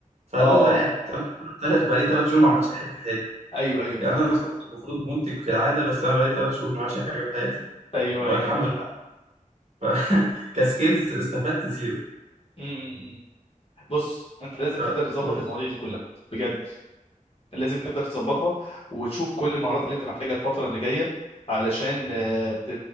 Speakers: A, on the right; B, on the left.
A: فبفضل
B: اه
A: قاعد ثلاث ثلاث بقالي ثلاث شهور ما عملتش اي حاجه في حياتي
B: ايوه ايوه
A: يعني
B: فاهمه
A: انا شخص المفروض منتج في العاده بس انا بقالي ثلاث شهور ما عملتش اي حاجه في حياتي
B: ايوه
A: والحمد
B: ايوه فاهمه
A: <laughs> كسكيلز استفدت زيرو
B: م- م- م. بص انت لازم
A: ف-
B: تبدا تظبط
A: مم.
B: المواضيع دي كلها بجد لازم تبدا تظبطها وتشوف كل المهارات اللي انت محتاجها الفتره اللي جايه علشان آه، ت-